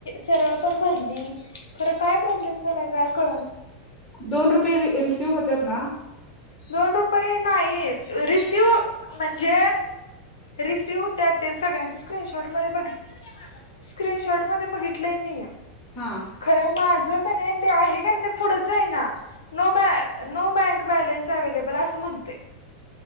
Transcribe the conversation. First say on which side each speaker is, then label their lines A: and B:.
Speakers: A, on the left; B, on the left.
A: सरळ पण भरली खर काय प्रॉब्लेम झाला काय क
B: दोन रुपये रिसिव्ह होते ना?
A: दोन रुपये नाही रिसिव म्हणजे रिसीव होत ते सगळ्यांच स्क्रीनशॉट मध्ये बघ स्क्रीनशॉट मध्ये बघितलंय मी
B: हा
A: खर माझ ते आहे कनी ते पुढचं जाईना, नो बॅ नो बँक बॅलन्स अवैलाबल अस म्हणतय